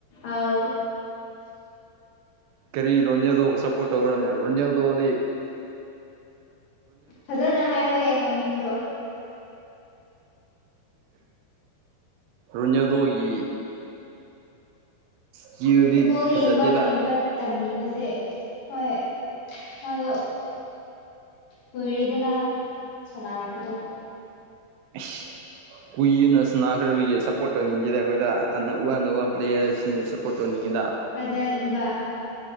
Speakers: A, on the left (about 60°); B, on the right (about 80°).
A: ꯑꯥꯎ
B: ꯀꯔꯤ ꯔꯣꯟꯖꯦꯜꯗꯣ ꯁꯞꯄꯣꯔꯠ ꯇꯧꯔꯅꯦ ꯔꯣꯟꯖꯦꯜꯗꯣꯗꯤ
A: ꯐꯖꯅ ꯍꯥꯏꯌꯨꯍꯦ ꯃꯃꯤꯡꯗꯣ
B: ꯔꯨꯖꯜꯗ ꯑꯩꯒꯤ ꯀꯤꯕꯤ
A: ꯐꯨꯠꯕꯣꯜ
B: ꯐꯖꯇꯦꯕ
A: ꯌꯦꯡꯕ ꯍꯩꯕ ꯇꯝꯕꯤꯕꯁꯦ ꯍꯣꯏ ꯃꯥꯗꯣ ꯀꯨꯏꯔꯗꯅ ꯆꯅꯥꯔꯛꯄꯗꯨꯣ
B: <inaudible> ꯀꯨꯏꯅ ꯁꯅꯥꯈ꯭ꯔꯕꯒꯤ ꯁꯞꯄꯣꯔꯠ ꯇꯧꯅꯤꯡꯉꯤꯁꯤꯗ ꯑꯩꯈꯣꯏꯗ ꯑ ꯎ ꯑꯅ ꯋꯥ ꯄ꯭ꯂꯦꯌꯥꯔꯁꯤꯡꯕꯨ ꯁꯞꯄꯣꯔꯠ ꯇꯧꯅꯤꯡꯉꯤ
A: ꯍꯣꯏꯗ ꯏꯕꯥ